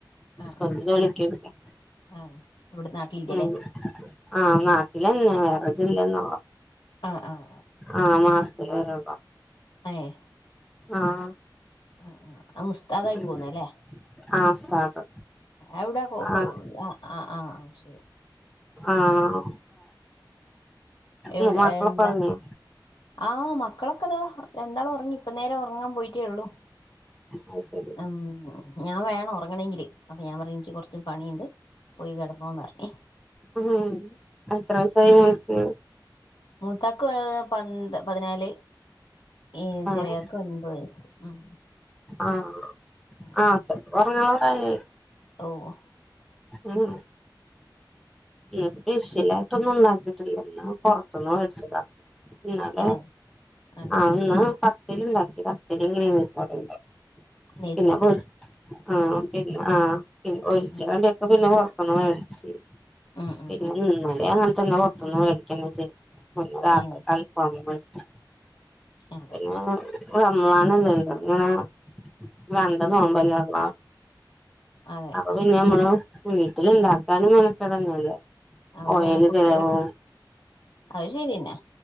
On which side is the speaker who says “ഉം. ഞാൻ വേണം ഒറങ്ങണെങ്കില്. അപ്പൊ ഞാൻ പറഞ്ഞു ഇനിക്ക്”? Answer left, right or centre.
Left